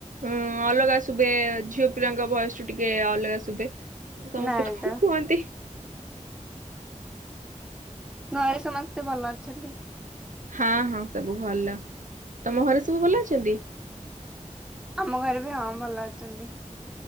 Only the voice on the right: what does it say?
ଉଁ ଅଲଗା ଶୁଭେ ଝିଅ ପିଲାଙ୍କ ଭଏସ୍ ଠୁ ଟିକେ ଅଲଗା ଶୁଭେ। ସମସ୍ତେ
କଣ କୁହନ୍ତି
ହଁ ହଁ, ସବୁ ଭଲ। ତମ ଘରେ ସବୁ ଭଲ ଅଛନ୍ତି?